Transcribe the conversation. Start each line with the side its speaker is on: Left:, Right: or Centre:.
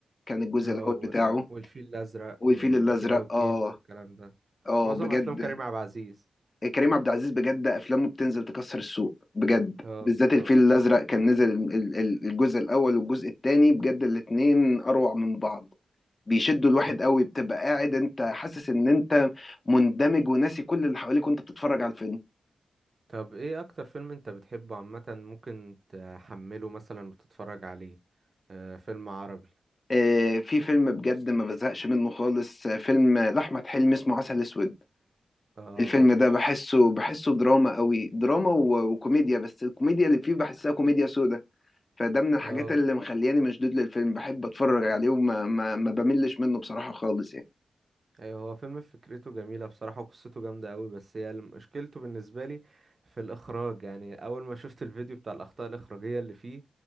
Left: كان الجزء
Right: اه
Left: الاول
Right: و...
Left: بتاعه
Right: والفيل الازرق
Left: والفيل
Right: وكيرة
Left: الازرق
Right: والجن
Left: اه
Right: والكلام ده
Left: اه
Right: معظم
Left: بجد
Right: افلام كريم عبد العزيز
Left: كريم عبد العزيز بجد افلامه بتنزل تكسر السوق بجد
Right: اه
Left: بالذات
Right: بالظبط
Left: الفيل الازرق كان نزل ال- ال- الجزء الاول والجزء الثاني بجد الاتنين اروع من بعض بيشدوا الواحد
Right: طب
Left: قوي بتبقى قاعد انت حاسس ان انت مندمج وناسي كل اللي حواليك وانت بتتفرج على الفيلم
Right: طب ايه اكتر فيلم انت بتحبه عامة ممكن تحمله مثلا وتتفرج عليه آه فيلم عربي
Left: آه، في فيلم بجد ما بزهقش منه خالص آه، فيلم لأحمد حلمي اسمه عسل اسود
Right: اه
Left: الفيلم
Right: عارف
Left: ده بحسه بحسه دراما قوي دراما و- وكوميديا بس الكوميديا اللي فيه بحسها كوميديا سودا فده من الحاجات
Right: اه
Left: اللي مخلياني مشدود للفيلم بحب اتفرج عليه وما ما, ما بملش منه بصراحة خالص يعني
Right: ايوه هو فيلم فكرته جميلة بصراحة وقصته جامدة قوي بس هي الم- مشكلته بالنسبة لي في الاخراج يعني اول ما شفت الفيديو بتاع الاخطاء الاخراجية اللي فيه